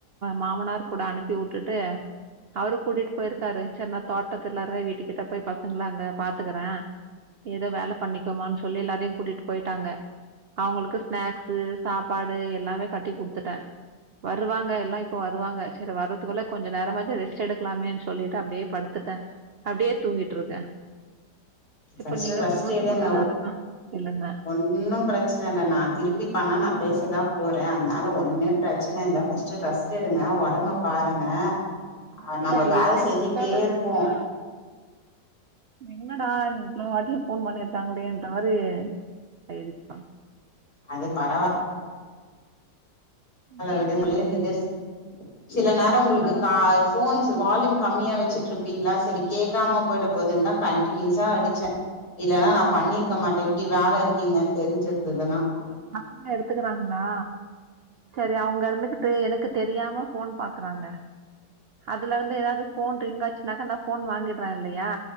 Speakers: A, on the right; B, on the left.
A: மாமனார் கூட அனுப்பி வுட்டுட்டு அவரு கூட்டிட்டு போயிருக்காரு சின்னா தோட்டத்துல்லார வீட்டுக்கிட்ட போய் பசங்கள அங்க பாத்துக்கற ஏதோ வேல பண்ணிக்கோமான்னு சொல்லி எல்லாரையு கூட்டிட்டு போயிட்டாங்க அவுங்களுக்கு ஸ்நாக்சு சாப்பாடு எல்லாமே கட்டி குடுத்துட்ட வருவாங்க எல்லா இப்போ வருவாங்க சேரி வர்றதுக்குள்ள கொஞ்சோ நேரமாசு ரெஸ்ட் எடுக்கலாமேனு சொல்லிட்டு அப்டியே படுத்துட்டே அப்டியே தூங்கிட்ருக்கே
B: ஃபஸ்ட்டு
A: இப்போ நீங்க
B: ரெஸ்ட்
A: ஃபோன்
B: எடுங்க
A: போட்டதாலதா எழுந்தே
B: ஒன்னு பிரச்சன இல்ல நா திருப்பி பண்ணா நா பேசதா போறே அதனால ஒண்ணுமே பிரச் ச்சன இல்ல பஸ்ட்டு ரெஸ்ட் எடுங்க ஒடம்ப பாருங்க
A: முன்னல்லா
B: அ நம்ம வேல
A: எட்டு
B: செஞ்சுட்டே
A: மிஷ்காலா இருந்துச்சா
B: இருப்போ
A: என்னடா இவ்ளோ வாட்டிய போன் பண்ணிருக்காங்களேன்ற மாரி ஆயிடுச்சிக்கா
B: அதுப் பரவா
A: நேத்து
B: விடுங்க
A: வேற
B: விழுந்தது சில நேரோ உங்குளுக்கு கா ஃபோன்ச் வால்யூம் கம்மியா வெச்சிட்ருப்பீங்ளா செரி கேக்காமப் போய்டப் போதுன்தா கண்ட்டினியூஸா அடிச்சே இல்லனா
A: அது
B: நா பண்ணிருக்க மாட்டே இப்டி வேல இருக்கீங்கன் தெரிஞ்சிருந்துதனா
A: இந்தப் பசங்க எடுத்துகிறாங்ளா செரி அவுங்க இருந்துகிட்டு எனுக்குத் தெரியாம ஃபோன் பாக்றாங்க அதுல இருந்து எதாது ஃபோன் ரிங் ஆச்சுனாக்கா நா ஃபோன் வாங்கிட்ற இல்லையா